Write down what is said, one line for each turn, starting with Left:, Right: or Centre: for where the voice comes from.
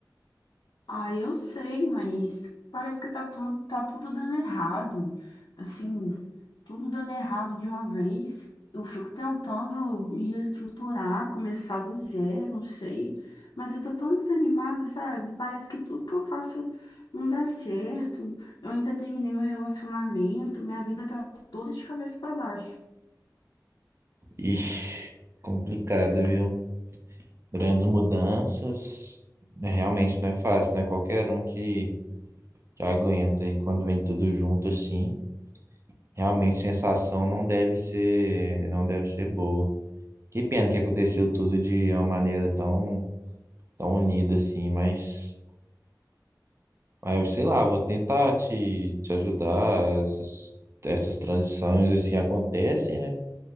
Left: Ah, eu sei, mas parece que tá, tu- tá tudo dando errado. Assim, tudo dando errado de uma vez. Eu fico tentando me reestruturar, começar do zero, não sei. Mas eu tô tão desanimada, sabe? Parece que tudo que eu faço não dá certo. Eu ainda terminei meu relacionamento, minha vida tá toda de cabeça para baixo.
Right: Ixi, complicado, viu? Grandes mudanças, né, realmente não é fácil, não é qualquer um que, que aguenta. E quando vem tudo junto assim, realmente a sensação não deve ser, não deve ser boa. Que pena que aconteceu tudo de uma maneira tão, tão unida assim, mas ah, eu sei lá, vou tentar te, te ajudar. Essas, essas transições assim acontecem, né?